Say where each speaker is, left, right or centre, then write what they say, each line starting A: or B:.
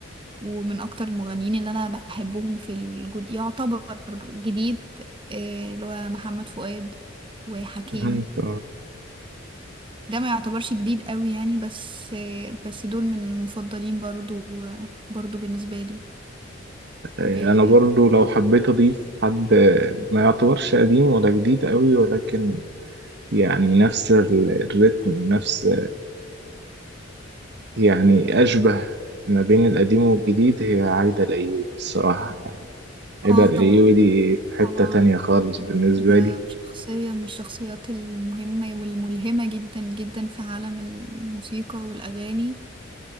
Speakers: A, on the right (about 25°); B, on the right (about 60°).
A: ومن اكتر المغنيين اللي انا بحبهم في الجد يعتبر جديد آه، اللي هو محمد فؤاد وحكيم
B: انت-
A: ده ما يعتبرش جديد قوي يعني بس آه، بس دول من المفضلين برضو برضو بالنسبة لي
B: آه،
A: بي...
B: أنا برضو لو حبيت أضيف حد آه، ما يعتبرش قديم ولا جديد قوي ولكن يعني نفس ال- الريتم ونفس يعني أشبه ما بين القديم والجديد هي عايدة الأيوبي الصراحة ايه
A: اه
B: ده الايوبي
A: طبعا
B: دي في حتة
A: طبعا
B: تانية خالص بالنسبة
A: ده
B: لي
A: شخصية من الشخصيات المهمة والملهمة جدا جدا في عالم الموسيقى والأغاني